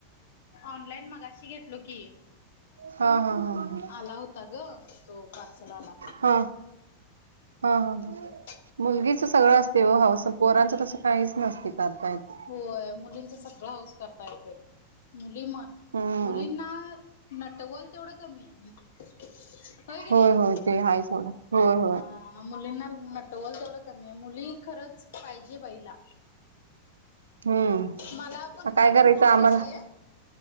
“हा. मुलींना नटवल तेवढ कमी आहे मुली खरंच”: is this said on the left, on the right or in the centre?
Left